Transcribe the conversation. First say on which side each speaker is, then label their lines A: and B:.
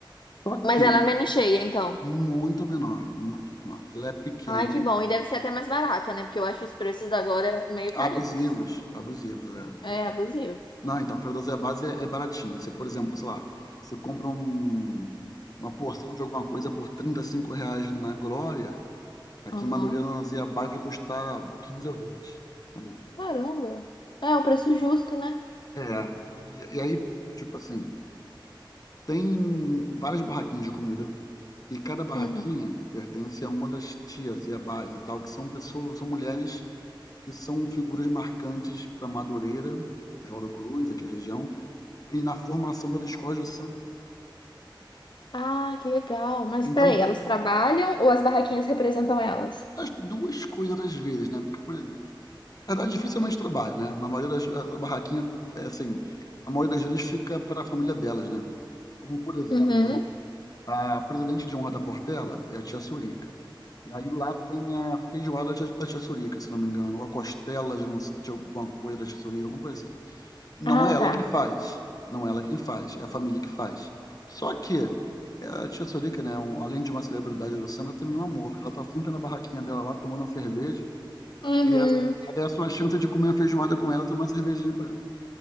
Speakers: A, on the left; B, on the left.
A: Só que
B: Mas ela é menos cheia, então.
A: Muito menor, muito menor. Ela é pequena,
B: Ai, que bom. E deve ser até mais barata, né? Porque eu acho os preços da Glória meio carinhos.
A: abusivos, abusivos, é.
B: É, abusivos.
A: Não, então, para dosar a base é, é baratinho. Se por exemplo, sei lá, você compra um- uma porção de alguma coisa por 35 reais na Glória, aqui
B: Aham.
A: em Madureira, na dose a base vai custar 15 ou 20. entendeu?
B: Caramba. É, o preço justo, né?
A: É, é. e, e aí, tipo assim, tem várias barraquinhas de comida, e cada barraquinha
B: Uhum.
A: pertence a uma das tias e abás e tal, que são pessoas, são mulheres que são figuras marcantes para Madureira, Oswaldo Cruz, aqui a região, e na formação das escolas de samba também.
B: Ah, que legal. Mas
A: Então,
B: peraí, elas trabalham ou as barraquinhas representam elas?
A: as duas coisas às vezes, né? Porque, por exemplo, na verdade, dificilmente trabalha, né? Na maioria das a barraquinha, é assim, a maioria das vezes fica para a família delas, né? Como, por exemplo,
B: Uhum.
A: a presidente de honra da Portela é a tia Sorica. E aí lá tem a feijoada da tia Sorica, se não me engano, ou a costela de, não- de alguma coisa da tia Sorica, alguma coisa assim. Não
B: Ah,
A: é ela
B: tá.
A: que faz, não é ela quem faz, é a família que faz. Só que eh, a tia Sorica, né, um- além de uma celebridade do samba, ela também é um amor. Ela tá sempre na barraquinha dela lá, tomando uma cerveja,
B: Uhum.
A: e essa é a sua chance de comer uma feijoada com ela, e tomar uma cervejinha com ela.